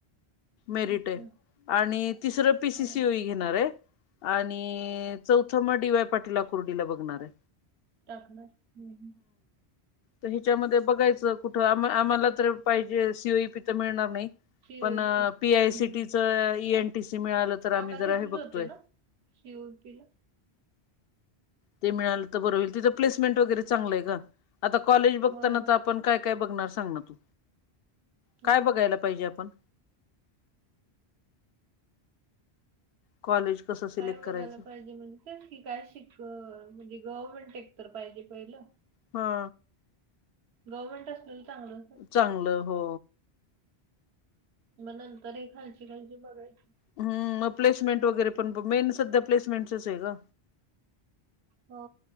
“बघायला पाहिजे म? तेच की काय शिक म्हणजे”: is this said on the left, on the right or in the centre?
Right